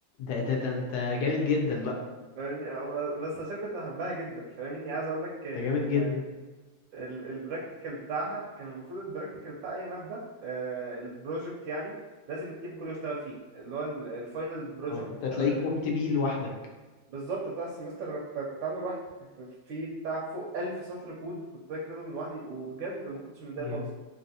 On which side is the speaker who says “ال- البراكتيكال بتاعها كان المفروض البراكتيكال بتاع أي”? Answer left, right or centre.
Right